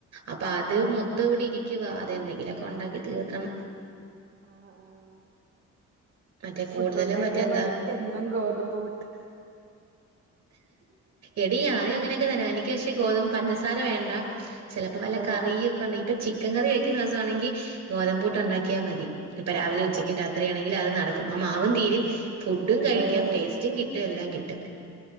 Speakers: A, on the right; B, on the right.
A: അപ്പൊ അത്
B: ആഹ്
A: മൊത്തം ഇവിടെ ഇരി ക്കിവാ അതെന്തെങ്കിലൊക്കെ ഒണ്ടാക്കി തീർക്കണം
B: ആഹ് ആഹ്
A: മറ്റേ കൂടുതലും
B: പുട്ടുണ്ടാക്കിയാ
A: മറ്റെന്താ
B: മതി എന്നും ഗോതമ്പു പുട്ട്
A: എടി ഞാനും അങ്ങനെയൊക്കെ തന്നെ എനിക്ക് പക്ഷെ ഗോതും പഞ്ചസാര വേണ്ട ചെലപ്പോ വല്ല
B: ആഹ്
A: കറിയൊക്കെ ഉണ്ടെ ഇപ്പൊ ചിക്കൻ കറി വെക്കുന്ന ദിവസാണെങ്കി ഗോതമ്പൂട്ട് ഉണ്ടാക്കിയാ മതി തിപ്പൊ രാവിലെ
B: നല്ലതാ
A: ഉച്ചക്കും രാത്രിയാണെങ്കില് അത് നടക്കും ആഹ് മാവും തീരും ഫുഡും കഴിക്കാം
B: ആഹ്
A: ടേസ്റ്റ് കിട്ടും എല്ലാം കിട്ടും